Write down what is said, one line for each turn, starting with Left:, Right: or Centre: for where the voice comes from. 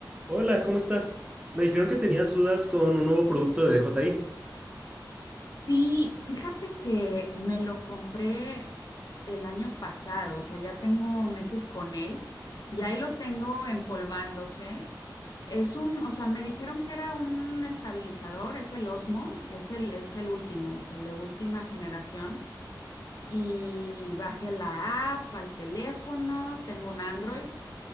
Right: Hola, ¿cómo estás? Me dijeron que tenías dudas con un nuevo producto de DJI.
Left: Sí, fíjate que me lo compré el año pasado, o sea, ya tengo meses con él y ahí lo tengo empolvándose. Es un, o sea, me dijeron que era un estabilizador, es el Osmo, es el, es el último, o sea, el de última generación. Y bajé la app al teléfono, tengo un Android,